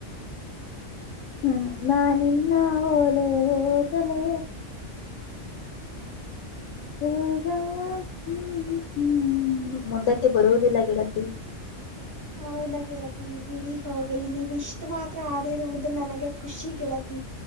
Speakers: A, on the left; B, on the right.
A: ಹ್ಮ್ ನಾ ನಿನ್ನ ಓಲೇ ಓದಲೇ. ಯೋಗ ಹ್ಮ್ ಹ್ಮ್ ಮುಂದಕ್ಕೆ ಬರುವುದಿಲ್ಲ ಗೆಳತಿ.
B: ಹೌದಾ ಗೆಳತಿ ಬಿಡಿ ಹೋಗ್ಲಿ ನೀವು ಇಷ್ಟ್ ಮಾತ್ರ ಆಡಿರುವುದು ನನಗೆ ಖುಷಿ ಗೆಳತಿ.